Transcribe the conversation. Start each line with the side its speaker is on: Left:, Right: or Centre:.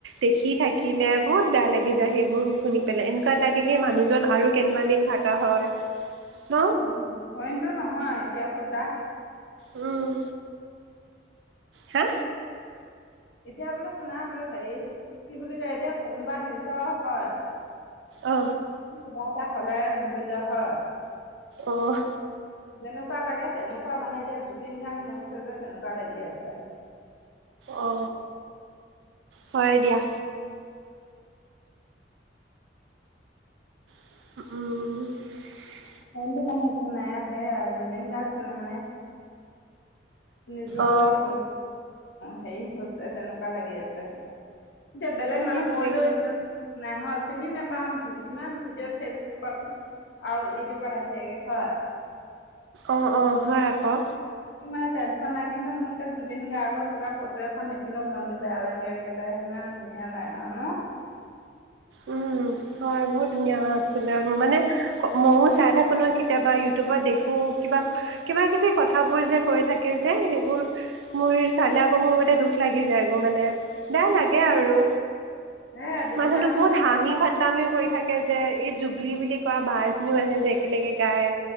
Right: দেখি থাকিলে বহুত বেয়া লাগি যায়। সেইবোৰ শুনি পেলাই এনেকুৱা লাগে, সেই মানুহ জন আৰু কেইটামান দিন থাকা হয় ন
Left: উম, উম। অইনটো নহয় এতিয়াছধা
Right: উম হা
Left: এতিয়া বোলো শুনা বোলো হেৰি কি বুলি কয় এতিয়া কোনোবা নিজৰ হয়
Right: অ
Left: কিবা এটা হ'লে ধইলহয়
Right: আহ
Left: যেনেকুৱা লাগে তেনেকুৱা মানে এতিয়া জুবিন গাৰ্গ মৰিছে যে তেেনেকুৱা লাগি আছে
Right: অ হয় দিয়া আহ
Left: অটো মানে একো নাই সে আৰু জুবিন গাৰ্গ মানে নিজৰ
Right: অ
Left: গোৱাখি হেৰি হৈছে তেনেকুৱা লাগি আছে যে বেলেগ মানুহ
Right: সেইটোৱে
Left: মই লৈ নাইহত চিনি নোপাওঁ ইমান ভিডিঅ' ফেচবুকত আৰু প আহি যায়গে হয়
Right: অ অ হয় আকৌ
Left: স মানে টেনচন নাই কিন্তু মোক জুবিন গাৰ্গৰ কিবা ফটো এখন দেখিলোও মনতটো বেয়া লাগে একেবাৰে ইমান ধুনীয়া লাগ আৰু ন
Right: উম হয় বহুত ধুনীয়া আছিলে মানে ময়ো চাই থাকোঁ নহয় কেতিয়াবা ইউটিউবত দেখোঁ কিবা কিবা কিবি কথাবোৰ যে কৈ থাকে যে সেইবোৰ মোৰ চালে আকৌ মোৰ মতে দুখ লাগি যায়গ মানে বেয়া লাগে আৰু
Left: হে দুখীয়া
Right: মানুহতো
Left: মানুহ
Right: বহুত হাঁহি ফাটলামিও কৰি থাকে যে এই জুবলি বুলি ক বজনীও আহে যে একেলগে গায়